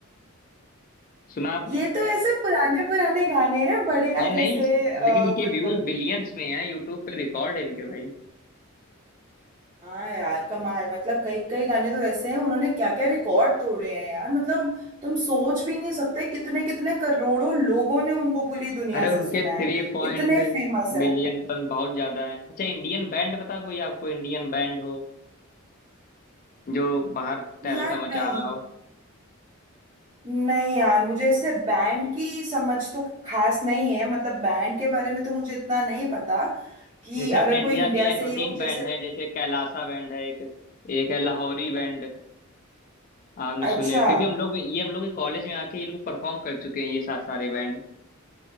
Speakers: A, on the left (about 40°); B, on the right (about 25°).
A: सुना आपने
B: ये तो ऐसे पुराने पुराने गाने हैं बढ़िया
A: अरे नहीं
B: जैसे अ,
A: लेकिन इनके
B: मतलब
A: व्यूज बिलियंस में हैं यूट्यूब पे रिकॉर्ड है इनके भाई
B: हाँ यार कमाल मतलब कई कई गाने तो ऐसे हैं उन्होंने क्या क्या रिकॉर्ड तोड़े हैं यार मतलब तुम सोच भी नहीं सकते कितने कितने करोड़ों लोगों ने उनको पूरी दुनिया
A: अरे
B: से
A: उनके
B: सुना
A: थ्री
B: है
A: पॉइंट
B: इतने फेमस है
A: बिलियन टन बहुत ज्यादा है अच्छा इंडियन बैंड पता कोई आपको इंडियन बैंड हो जो बाहर तहलका
B: यार
A: मचा
B: नहीं
A: रहा हो
B: नहीं यार मुझे ऐसे बैंड की समझ तो खास नहीं है मतलब बैंड के बारे में तो मुझे इतना नहीं पता कि
A: जैसे अपने
B: अगर
A: इंडिया
B: कोई इंडिया
A: के यहाँ
B: से
A: दो
B: ही हो
A: तीन बैंड
B: जैसे
A: हैं जैसे कैलासा बैंड है एक एक है लाहौरी बैंड आपने सुने
B: अच्छा
A: हो क्योंकि हम लोग में ये हम लोग के कॉलेज में आके ये लोग परफॉर्म कर चुके हैं ये सात सारे बैंड